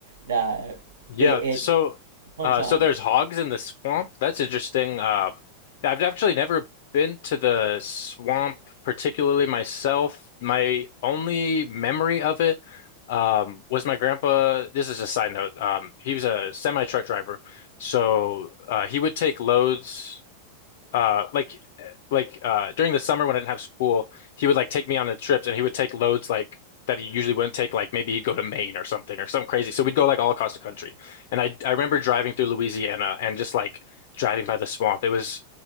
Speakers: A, on the right; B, on the left.
A: that
B: Yeah,
A: it, it
B: so
A: one
B: uh
A: time
B: so there's hogs in the swamp. That's interesting. Uh I've actually never been to the swamp particularly myself. My only memory of it um was my grandpa, this is a side note. Um he was a semi truck driver. So uh he would take loads uh like like uh during the summer when I didn't have school, he would like take me on the trips and he would take loads like that he usually wouldn't take, like maybe he'd go to Maine or something or something crazy. So we'd go like all across the country. And I I remember driving through Louisiana and just like driving by the swamp. It was